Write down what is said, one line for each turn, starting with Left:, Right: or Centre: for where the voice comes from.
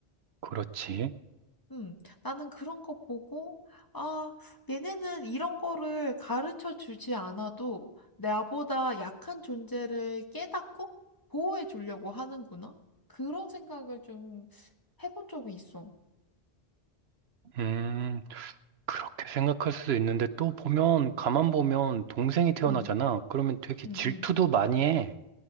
Right: 그렇지.
Left: 음, 나는 그런 거 보고, 아, 얘네는 이런 거를 가르쳐 주지 않아도 나보다 약한 존재를 깨닫고 보호해 주려고 하는구나. 그런 생각을 좀 해본 적이 있어.
Right: 음, 그렇게 생각할 수도 있는데, 또 보면, 가만 보면, 동생이 태어나잖아.
Left: 음,
Right: 그러면 되게
Left: 음,
Right: 질투도
Left: 음.
Right: 많이 해.